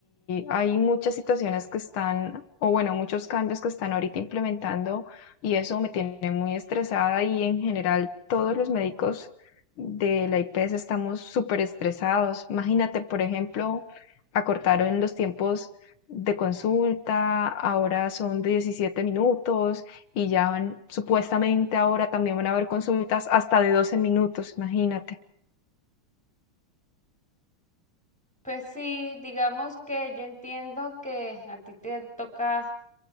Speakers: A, on the left; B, in the centre.
A: hay muchas situaciones que están, o bueno, muchos cambios que están ahorita implementando y eso me tiene muy estresada y en general todos los médicos de la IPS estamos súper estresados. Imagínate, por ejemplo, acortaron los tiempos de consulta, ahora son de 17 minutos y ya van, supuestamente ahora también van a haber consultas hasta de 12 minutos, imagínate.
B: Pues sí, digamos que yo entiendo que a ti te toca